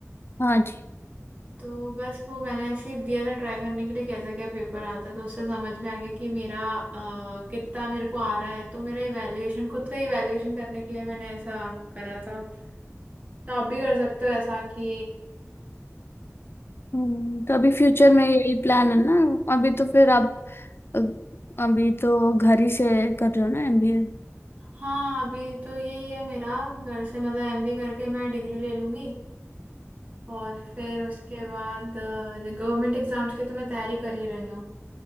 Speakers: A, on the left (about 50°); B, on the right (about 30°).
A: हाँ जी
B: तो बस वो मैंने ऐसे ही दिया था ट्राई करने के लिए कैसा क्या पेपर आता है। तो उससे समझ में आ गया कि मेरा अ, कितना मेरे को आ रहा है तो मेरा इवैल्यूएशन खुद का इवैल्यूएशन करने के लिए मैंने ऐसा करा था तो आप भी कर सकते हो ऐसा कि
A: हम्म, तो अभी फ्यूचर में यही प्लान है ना अभी तो फिर आप अ, अभी तो घर ही से कर रहे हो ना एमबीए
B: हाँ अभी तो यही है मेरा घर से मतलब एमबीए करके मैं डिग्री ले लूंगी और फिर उसके बाद गवर्नमेंट एग्जाम्स की तो मैं तैयारी कर ही रही हूँ